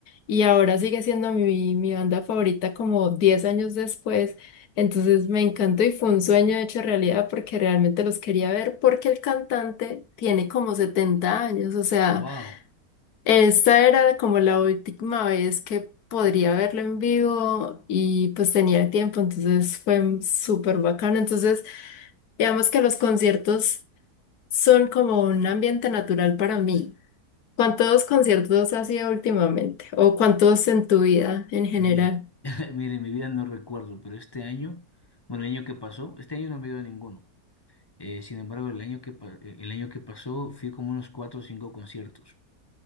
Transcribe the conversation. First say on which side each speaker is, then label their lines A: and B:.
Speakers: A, on the left; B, on the left.
A: y ahora sigue siendo mi, mi banda favorita como 10 años después, entonces me encantó y fue un sueño hecho realidad porque realmente los quería ver porque el cantante tiene como 70 años, o sea...
B: Wow,
A: Esta era como la última vez que podría verlo en vivo y pues tenía tiempo, entonces fue súper bacano. Entonces, digamos que los conciertos son como un ambiente natural para mí. ¿Cuántos conciertos has ido últimamente? ¿O cuántos en tu vida en general?
B: mira, <laughs> mire, en mi vida no recuerdo, pero este año, bueno, el año que pasó, este año no me dio ninguno. Eh, sin embargo, el año que pa- el año que pasó fui como unos cuatro o cinco conciertos.